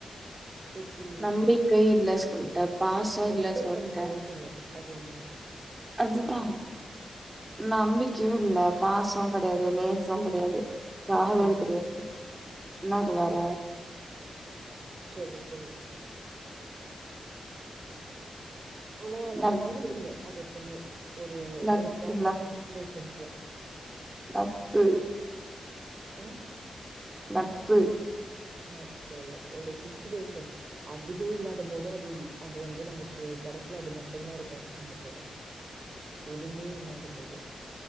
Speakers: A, on the right; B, on the right.
A: எப்டி
B: நம்பிக்கை இல்ல சரி பாசம்
A: அக்செப்ட்
B: இல்ல சொல்டேன்
A: பண்ணிக்கவு செய்யு அது என்ன
B: அதுதான் நம்பிக்கையும் இல்ல பாசம் கிடையாது நேசும் கிடையாது காதல்
A: ம்
B: கிடையாது இன்னது வற
A: சொல்லு சொல்லு ஆனா நம்ம
B: நட்பு
A: விரும்புவோம் அது எப்பமே ஒரு
B: நட்பு
A: ஒரு பார்ட் டா சிச்சுவேஷ்சன்சுல
B: பத்து
A: ஆ
B: நட்பு
A: நட்பு இல்ல ஒரு சிச்சுவேஷன் அதுவே இல்லாத போதும் அது அது வந்து நமக்கு கடைசில அது மட்டம்தான் இருக்கும் நம்ப கூட எதுவுமே இல்லாத போது